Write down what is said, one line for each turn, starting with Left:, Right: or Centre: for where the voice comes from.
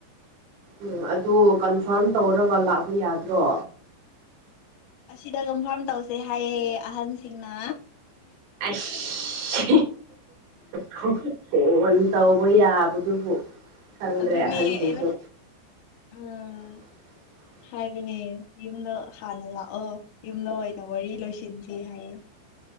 Right: ꯎꯝ ꯑꯗꯨ ꯀꯟꯐꯥꯔꯝ ꯇꯧꯔꯒ ꯂꯥꯛꯄ ꯌꯥꯗ꯭ꯔꯣ
Left: ꯑꯁꯤꯗ ꯀꯝꯐꯥꯝ ꯇꯧꯁꯦ ꯍꯥꯏꯌꯦ ꯑꯍꯟꯁꯤꯡꯅ
Right: ꯑꯁ ꯍ ꯇ ꯍꯧꯕ ꯌꯥꯕꯗꯨꯕꯨ ꯈꯪꯗ꯭ꯔꯦ
Left: ꯑꯗꯨꯅꯦ
Right: ꯑꯍꯜꯁꯤꯡꯁꯨ
Left: ꯑꯩꯅ ꯎꯝ
Right: <unintelligible>
Left: ꯍꯥꯏꯕꯅꯦ ꯌꯨꯝꯗ ꯍꯥꯟꯅ ꯂꯥꯛꯑꯣ ꯌꯨꯝꯗ ꯑꯣꯏꯅ ꯋꯥꯔꯤ ꯂꯣꯏꯁꯤꯟꯗꯦ ꯍꯥꯏꯌꯦ